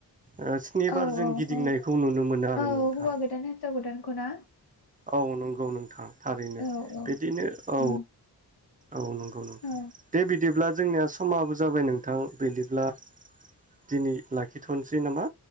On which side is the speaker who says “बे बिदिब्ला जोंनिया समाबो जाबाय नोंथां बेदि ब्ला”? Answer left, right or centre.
Right